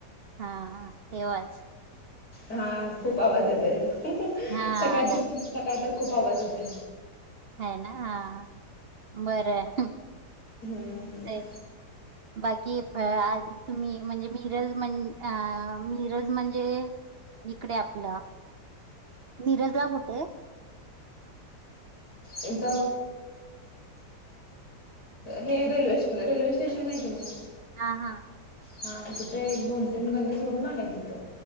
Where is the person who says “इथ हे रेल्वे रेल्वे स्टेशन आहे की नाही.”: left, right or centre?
Left